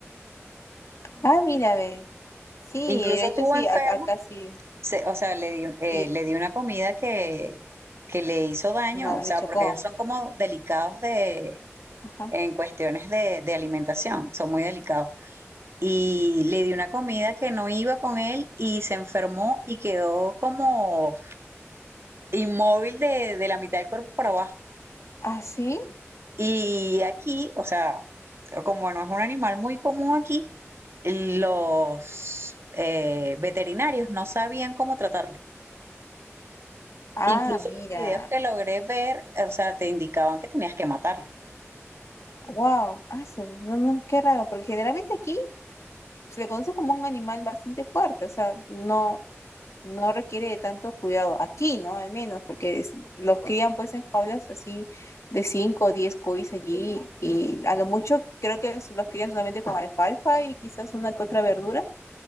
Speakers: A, on the left; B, on the right.
A: Ah, mira, ve. Sí,
B: Incluso
A: de hecho
B: estuvo
A: sí,
B: enfermo
A: a- acá sí.
B: se- o sea, le di, eh,
A: Y
B: le di una comida que, que le hizo daño,
A: no,
B: o sea,
A: le chocó.
B: porque ellos son como delicados de,
A: Ajá.
B: en cuestiones de, de alimentación, son muy delicados. Y le di una comida que no iba con él y se enfermó y quedó como inmóvil de, de la mitad del cuerpo para abajo.
A: ¿Ah, sí?
B: Y aquí, o sea, como no es un animal muy común aquí, los eh, veterinarios no sabían cómo tratarlo.
A: Ah,
B: Incluso
A: mira.
B: los videos que logré ver, o sea, te indicaban que tenías que matarlo.
A: Wow, aso. No, no, qué raro, porque generalmente aquí se le conoce como un animal bastante fuerte, o sea, no, no requiere de tanto cuidado. Aquí, ¿no? Al menos, porque es- los crían pues en jaulas así de 5, o 10 cuis allí y a lo mucho creo que los, los crían solamente con alfalfa y quizás una que otra verdura